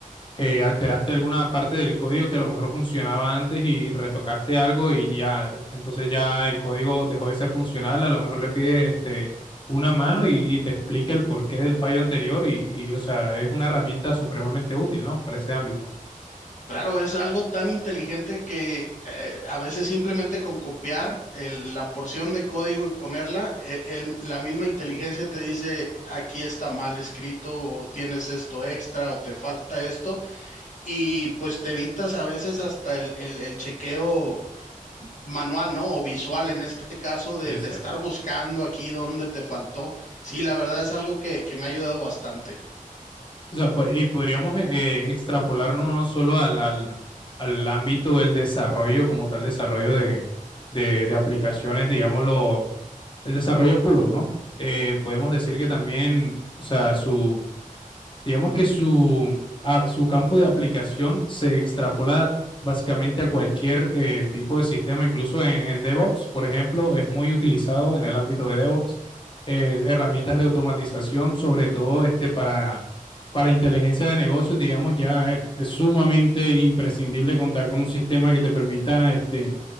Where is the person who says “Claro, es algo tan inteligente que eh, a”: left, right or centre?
Left